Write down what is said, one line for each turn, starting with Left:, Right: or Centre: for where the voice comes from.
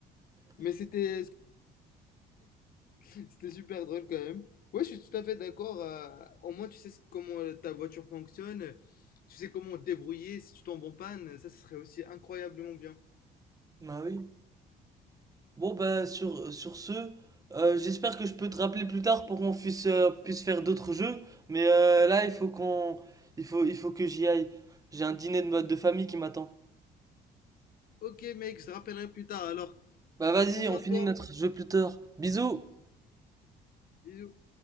Left: Mais c'était <laughs> C'était super drôle quand même. Ouais, je suis tout à fait d'accord. euh, au moins, tu sais ce- comment euh, ta voiture fonctionne. Tu sais comment te débrouiller si tu tombes en panne. Ça, ce serait aussi incroyablement bien.
Right: Bah oui. Bon bah sur, sur ce, euh, j'espère que je peux te rappeler plus tard pour qu'on puisse, euh, puisse faire d'autres jeux, mais euh, là il faut qu'on il faut il faut que j'y aille. J'ai un dîner de, de famille qui m'attend.
Left: Ok, mec, je te rappellerai plus tard. Alors,
Right: Bah vas-y,
Left: prends soin
Right: on finit
Left: de toi.
Right: notre jeu plus tard. Bisous!
Left: Bisous.